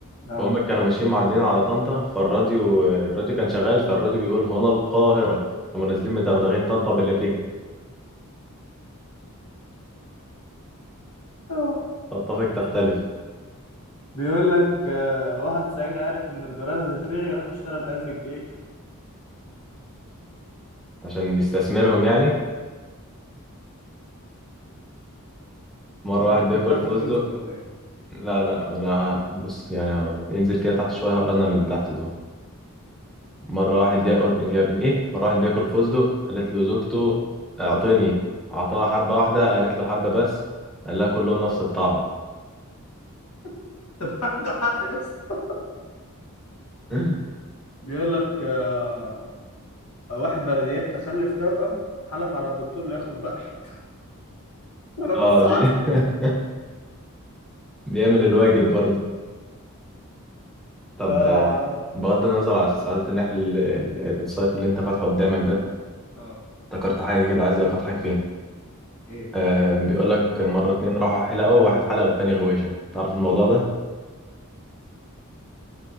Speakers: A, on the left; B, in the centre.
A: أه
B: فهم كانوا ماشيين معديين على طنطا فالراديو الراديو كان شغال فالراديو بيقول هنا القاهرة هم نازلين مدغدغين طنطا باللي فيها
A: اه
B: تتفق تختلف
A: بيقول لك آه، واحد صعيدي عارف إن الجرائد هتتلغي راح اشترى بألف جنيه
B: عشان يستثمرهم يعني مرة
A: طب
B: واحد
A: ما كانت
B: بياكل
A: بتاعتك
B: فستق
A: خلصت ولا إيه؟
B: لا لا ما أنا ه- بص يعني انزل كده تحت شوية هقرا لنا من اللي تحت دول مرة واحد ياكل يا ابن ايه مرة واحد بياكل فستق قالت له زوجته اعطيني اعطاها حبة واحدة قالت له حبة بس قال لها كلهم نفس الطعم
A: <laughs> طب عنده حق يا اسطى.
B: <laughs>
A: بيقول لك آه، واحد بلديات تخلف توأم حلف على الدكتور لياخد واحد <laughs> رب
B: اه
A: الساعة
B: دي <laughs> بيعمل الواجب برضه طب
A: اه
B: آه، بغض النظر على سعادة ان احنا ال- ال- السايت اللي انت فاتحه قدامك ده
A: اه
B: افتكرت حاجة كده عايز افتحك فيه
A: ايه
B: آه بيقول لك مرة اتنين راحوا حلقوا واحد حلق والتاني غويشة تعرف الموضوع ده؟